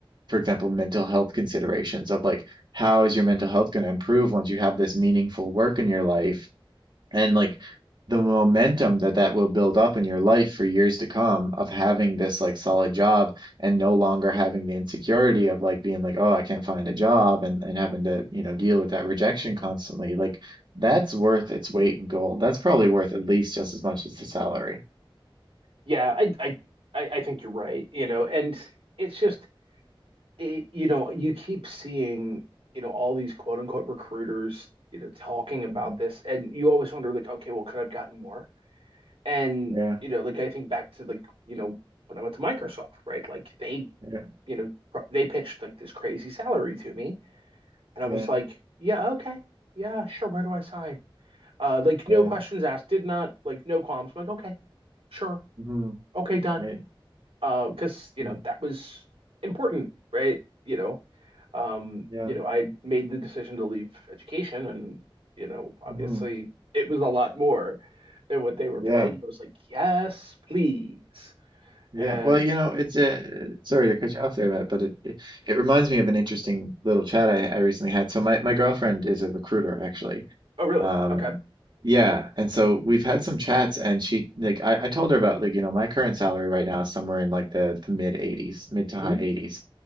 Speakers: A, on the right; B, on the right.
A: for example, mental health considerations of like, how is your mental health going to improve once you have this meaningful work in your life? and like the momentum that that will build up in your life for years to come of having this like solid job and no longer having the insecurity of like being like oh I can't find a job and and having to you know deal with that rejection constantly like that's worth its weight in gold that's probably worth at least just as much as the salary
B: Yeah, I, I, I I think you're right, you know, and it's just it, you know, you keep seeing, you know, all these quote unquote recruiters, you know, talking about
A: Mhm.
B: this, and you always wonder, like, okay, well, could I have gotten more? And,
A: yeah
B: you know, like I think back to like, you know, when I went to Microsoft, right? Like they,
A: yeah
B: you know, pr- they pitched like this crazy salary to me, and I
A: yeah
B: was like, yeah, okay, yeah, sure, where do I sign? Uh, like
A: yeah
B: no questions asked, did not like no qualms. I'm like, okay, sure,
A: hmm
B: okay, done.
A: right
B: Uh, because you
A: hmm
B: know that was important, right? You know, um,
A: yeah
B: you know, I made the decision to leave education and, you know, obviously
A: hmm
B: it was a lot more than what they were
A: yeah
B: paying. But I was like, yes, please.
A: Yeah,
B: And
A: well, you know, it's a sorry to cut you off there, Matt, but it it, it reminds me of an interesting little chat I, I recently had. So my my girlfriend is a recruiter, actually.
B: oh, really?
A: Um,
B: Okay.
A: yeah, and so we've had some chats, and she like I, I told her about like you know my current salary right now is somewhere in like the, the mid 80s, mid to
B: hmm
A: high 80s.